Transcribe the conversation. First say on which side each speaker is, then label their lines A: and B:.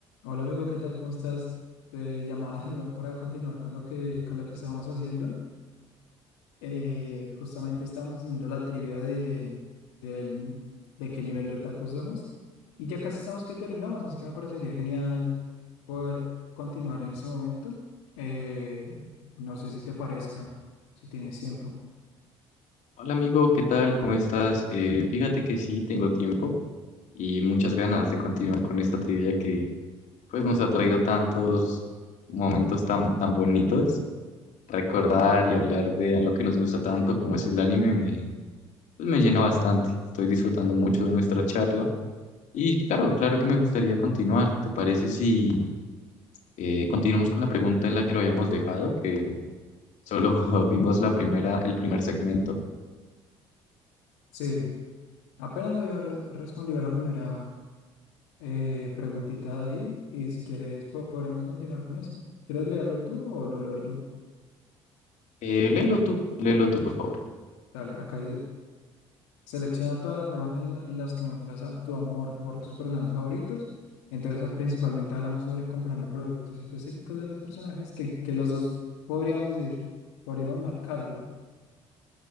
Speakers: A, on the left; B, on the left.
A: Hola amigo, ¿qué tal? ¿Cómo estás? Te llamaba de nuevo para continuar con lo que, con lo que estábamos haciendo. Eh, justamente estábamos haciendo la trivia de, del- de qué nivel de otaku somos y ya casi estamos que terminamos, así que me parecería genial poder continuar en ese momento. Eh, no sé si te parezca, si tienes tiempo.
B: Hola amigo, ¿qué tal? ¿Cómo estás? Eh, fíjate que sí, tengo tiempo y muchas ganas de continuar con esta trivia que pues nos ha traído tantos momentos tan, tan bonitos. Recordar y hablar de algo que nos gusta tanto como es el anime me, pues, me llena bastante. Estoy disfrutando mucho de nuestra charla y claro, claro que me gustaría continuar. ¿Te parece si eh, continuamos con la pregunta en la que lo habíamos dejado, que solo <laughs> vimos la primera, el primer segmento?
A: Sí, apenas había res- respondido a la primera eh, preguntita de ahí y si quieres po- podremos continuar con eso. ¿Quieres leerlo tú o lo leo yo?
B: Eh, léelo tú, léelo tú, por favor.
A: Dale, acá dice, selecciona todas las formas en, la- en las que muestras a- tu amor por tus personajes favoritos. Entonces, ah, principalmente hablamos sobre comprando productos específicos de los personajes que, que los dos podríamos ir, podríamos marcarlo.